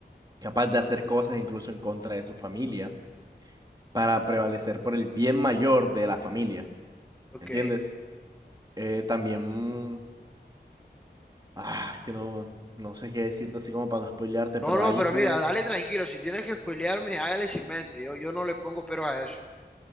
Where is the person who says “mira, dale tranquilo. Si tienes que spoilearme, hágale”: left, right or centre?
Centre